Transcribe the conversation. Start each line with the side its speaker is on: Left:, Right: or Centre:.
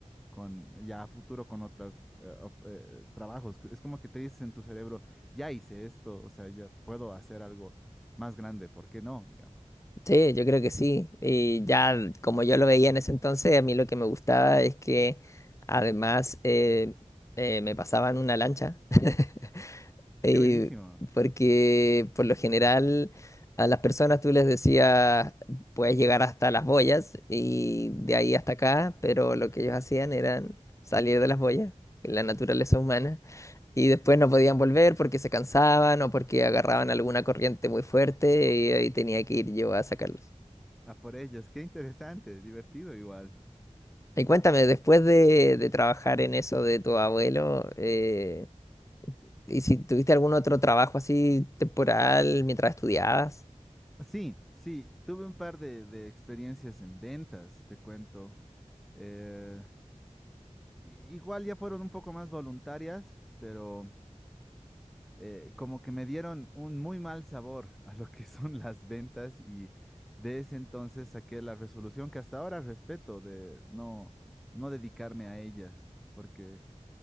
Centre: con ya a futuro con otros eh, op- eh, trabajos. Es como que te dices en tu cerebro, ya hice esto, o sea, ya puedo hacer algo más grande, ¿por qué no? Digamos.
Left: Sí, yo creo que sí. Y ya mm, como yo lo veía en ese entonces, a mí lo que me gustaba es que además eh, eh, me pasaban una lancha. <laughs> Eh,
Centre: Qué buenísimo.
Left: porque por lo general a las personas tú les decías, puedes llegar hasta las boyas y de ahí hasta acá, pero lo que ellos hacían era salir de las boyas, la naturaleza humana, y después no podían volver porque se cansaban o porque agarraban alguna corriente muy fuerte y ahí tenía que ir yo a sacarlos.
Centre: A por ellas, qué interesante, divertido igual.
Left: Y cuéntame, después de, de trabajar en eso de tu abuelo, eh, ¿y si tuviste algún otro trabajo así temporal mientras estudiabas?
Centre: Sí, sí, tuve un par de, de experiencias en ventas, te cuento. Eh, i- igual ya fueron un poco más voluntarias, pero eh, como que me dieron un muy mal sabor a lo que son las ventas y de ese entonces saqué la resolución que hasta ahora respeto de no, no dedicarme a ellas, porque